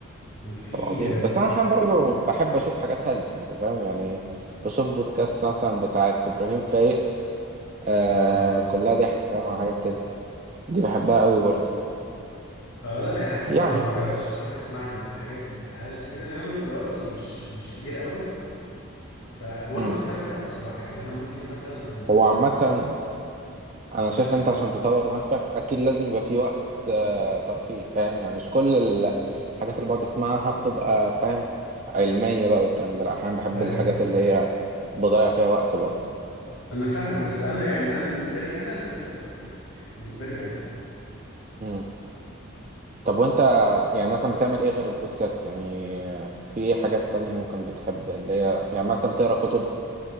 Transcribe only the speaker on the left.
وفي
اه
آه لا الح...
اه انا ما جربتش بصراحه اسمع إن الحاجات بتبقى هلس كده لان انا بيبقى وقتي مش مش كبير قوي ف وانا
بستمتع بصراحه يعني انا ممكن مثلا ال...
أرك-
اشغل
لا
انا فاهمك بس انا يعني انا بالنسبه لي انا ده بيبقى ترفيه يعني بالنسبه لي انا